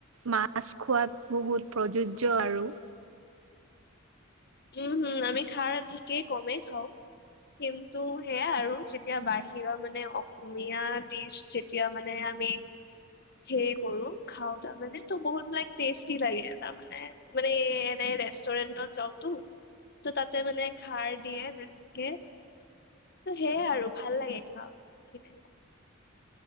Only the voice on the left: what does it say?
উম', হম, আমি খাৰ ঠিকেই কমেই খাওঁ। কিন্তু সেয়া আৰু যেতিয়া বাহিৰৰ মানে অসমীয়া দিছ যেতিয়া মানে আমি সেই কৰোঁ খাওঁ তাৰমানে ত' বহুত লাইক টেষ্টি লাগে তাৰমানে মানে এ, এনে ৰেষ্টুৰেণ্টত যাওঁ ত' তাতে মানে খাৰ দিয়ে, তেনকে। ত' সেয়াই আৰু ভাল লাগে খাই কিনে।